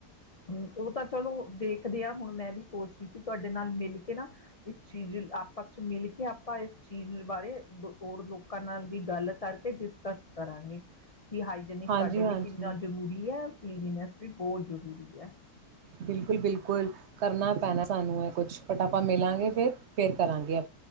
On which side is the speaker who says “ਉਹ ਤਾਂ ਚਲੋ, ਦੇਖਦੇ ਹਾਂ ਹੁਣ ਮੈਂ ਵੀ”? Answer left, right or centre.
Left